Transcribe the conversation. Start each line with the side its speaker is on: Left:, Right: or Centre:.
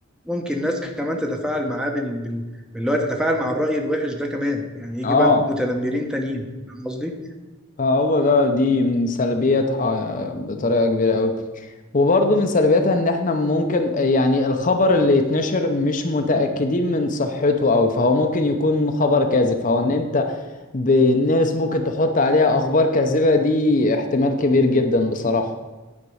Centre: ممكن ناس كمان تتفاعل معاه بال... بال... باللي هو تتفاعل مع الرأي الوحش ده كمان يعني يجي
Left: اه
Centre: بقى متنمرين تانيين فاهم قصدي؟
Left: فهو ده دي من سلبياتها بطريقه كبيره قوي وبرضه من سلبياتها ان احنا ممكن يعني الخبر اللي يتنشر مش متاكدين من صحته قوي فهو ممكن يكون خبر كاذب فهو ان انت بالناس ممكن تحط عليها اخبار كاذبه دي احتمال كبير جدا بصراحه